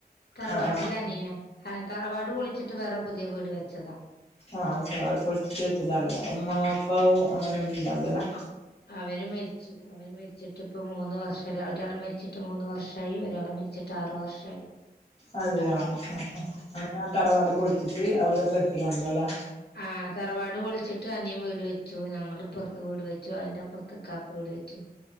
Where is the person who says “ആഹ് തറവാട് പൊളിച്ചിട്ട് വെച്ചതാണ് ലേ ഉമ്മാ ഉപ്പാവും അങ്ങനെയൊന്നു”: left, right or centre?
Left